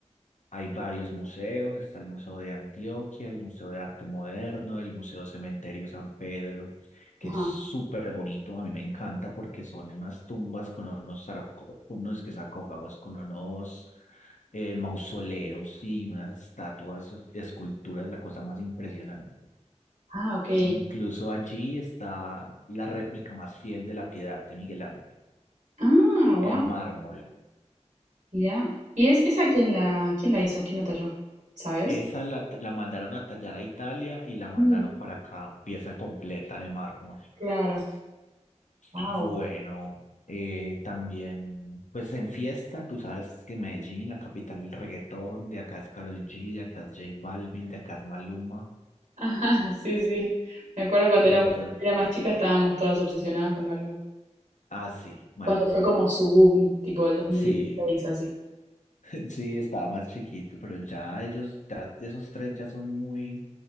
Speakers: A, on the left; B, on the right.
A: hay varios museos, está el Museo de Antioquia, el Museo de Arte Moderno, el Museo Cementerio San Pedro, que
B: Ajá.
A: es súper bonito, a mí me encanta porque son unas tumbas con unos, sarco- unos que sarcófagos, con unos eh, mausoleos y unas estatuas, esculturas, la cosa más impresionante.
B: Ah, ok.
A: Incluso allí está la réplica más fiel de la Piedad de Miguel Ángel,
B: Ah, wow.
A: en mármol.
B: Ya. ¿Y es esa quién la quién la hizo? ¿Quién la talló? ¿Sabes?
A: Esa la, la mandaron a tallar a Italia y la mandaron
B: Mm,
A: para acá, pieza completa de mármol.
B: claro. Wow.
A: Bueno, eh, también, pues en fiesta, tú sabes que Medellín, la capital del reggaetón, de acá es Karol G, de acá es J Balvin, de acá es Maluma.
B: Ajá, sí, sí. Me acuerdo cuando
A: Entonces,
B: era, era más chica estábamos todas obsesionadas con Maluma.
A: ah, sí, Maluma.
B: Cuando fue como su boom, tipo el dos mil
A: Sí,
B: dieciséis así.
A: <laughs> Sí, estaba más chiquito, pero ya ellos, ya esos tres ya son muy